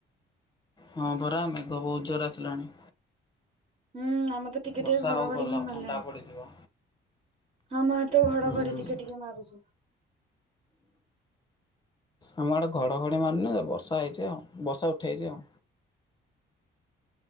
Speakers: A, on the left; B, on the right.
A: ହଁ ପରା ମେଘ ବହୁତ ଜୋରେ ଆସିଲାଣି।
B: ହୁଁ ଆମର ତ ଟିକେ
A: ବର୍ଷା
B: ଟିକେ ଘଡ଼ଘଡ଼ି
A: ହଉ ଭଲ
B: ବି ମାରିଲାଣି।
A: ଥଣ୍ଡା ପଡ଼ିଯିବ।
B: ହଁ ମା ତ ଘଡ଼ଘଡ଼ି
A: ହୁଁ
B: ଟିକେ ଟିକେ ମାରୁଛି।
A: ଆମ ଆଡ଼େ ଘଡ଼ଘଡ଼ି ମାରିନି ଯେ ବର୍ଷା ହେଇଛି ଆଉ ବର୍ଷା ଉଠେଇଛି ଆଉ।